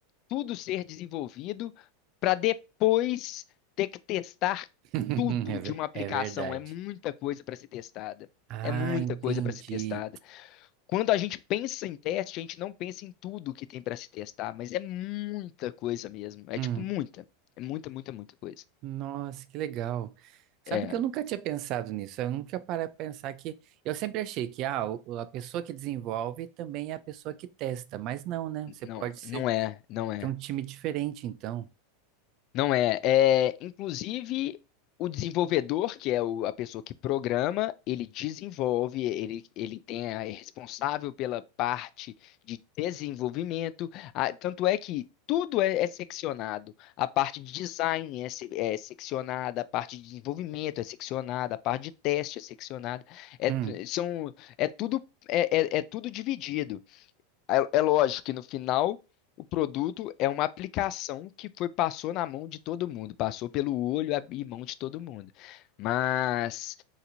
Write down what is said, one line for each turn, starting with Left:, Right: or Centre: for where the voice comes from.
Left: tudo ser desenvolvido para depois ter que testar
Right: <laughs>
Left: tudo
Right: É ver-
Left: de uma aplicação.
Right: é verdade.
Left: É muita coisa para ser testada.
Right: Ah,
Left: É muita
Right: entendi.
Left: coisa para ser testada. Quando a gente pensa em teste, a gente não pensa em tudo que tem para se testar, mas é muita coisa mesmo. É
Right: Hum,
Left: tipo muita, é muita, muita, muita coisa.
Right: nossa, que legal. Sabe
Left: É,
Right: que eu nunca tinha pensado nisso. Eu nunca parei para pensar que. Eu sempre achei que ah, o- a pessoa que desenvolve também é a pessoa que testa, mas não, né? Você
Left: não,
Right: pode ser,
Left: não é, não é.
Right: ter um time diferente, então.
Left: Não é. É, inclusive, o desenvolvedor, que é o- a pessoa que programa, ele desenvolve, ele, ele tem a, é responsável pela parte de desenvolvimento. Ah, tanto é que tudo é, é seccionado. A parte de design é, se- é seccionada, a parte de desenvolvimento é seccionada, a parte de teste é seccionada. É,
Right: Hum,
Left: são, é tudo, é, é é tudo dividido. É, é lógico que no final o produto é uma aplicação que foi passou na mão de todo mundo, passou pelo olho e mão de todo mundo. Mas